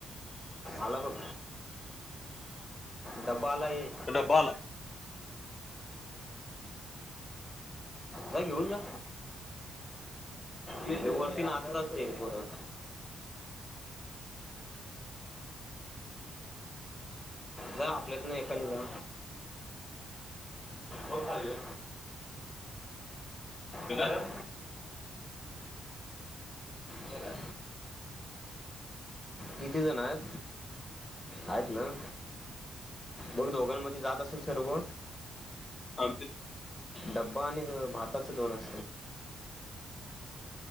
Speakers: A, in the centre; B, on the left.
A: आला बग. डब्बा आला ऎ
B: डब्बा आला
A: जा घेऊन जा. ये वर्षी नाचताच ह जा आपल्यातन, एकान जा हो खाली ये
B: घेणार?
A: <inaudible> येणार चला किती जण आहेत? आहेत ना. मग दोघांमध्ये जात असेल सर्व
B: आणि ते
A: डब्बा आणि भातात दोन <inaudible>